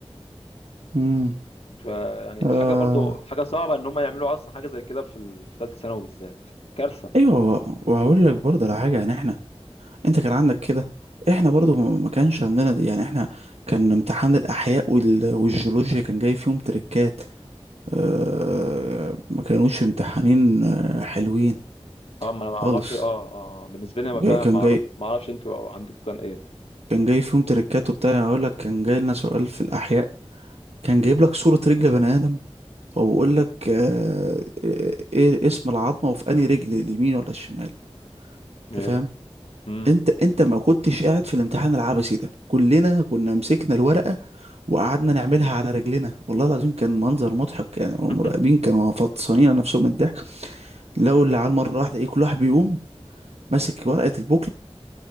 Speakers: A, on the right; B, on the left.
A: مم.
B: فيعني
A: آه.
B: حاجة برضو حاجة صعبة ان هم يعملوا اصلا حاجة زي كده في ال- في ثالثة ثانوي بالذات كارثة
A: ايوه وهقول لك برضه على حاجة يعني احنا انت كان عندك كده احنا برضه ما كانش عندنا دي. يعني احنا كان امتحان الاحياء وال... والجيولوجيا كان جاي فيهم تريكات آه، ما كانوش امتحانين آه، حلوين
B: اه ما انا ما
A: خالص
B: اعرفش اه اه آه. بالنسبه لي انا
A: جاي
B: فعلا
A: كان
B: ما
A: جاي
B: أعرف- ما اعرفش انتوا عندكم كان ايه
A: كان جاي فيهم تريكات وبتاع يعني اقول لك كان جاي لنا سؤال في الاحياء كان جايب لك صورة رجل بني ادم وبقول لك آه، آه، ايه اسم العظمة وفي انهي رجل اليمين ولا الشمال انت
B: ايه
A: فاهم
B: ده امم
A: انت انت ما كنتش قاعد في الامتحان العبثي ده كلنا كنا مسكنا الورقة وقعدنا نعملها على رجلنا والله العظيم كان منظر مضحك يعني المراقبين
B: <laughs>
A: كانوا فطسانين على نفسهم من الضحك لو اللي على المرة واحدة ايه كل واحد بيقوم ماسك ورقة البوكلت